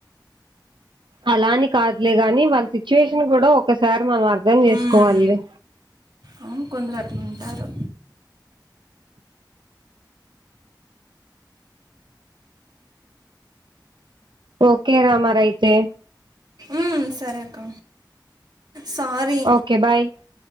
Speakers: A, on the right; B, on the right.
A: అలాని కాదులే గాని వాళ్ళ సిచ్యువేషన్ కూడా ఒకసారి మనం అర్ధం చేసుకోవాలిలే
B: మ్మ్. అవును కొందరు అట్ల ఉంటారు
A: ఓకేరా మరైతే
B: ఊ సరే అక్క సారీ
A: ఓకే బాయ్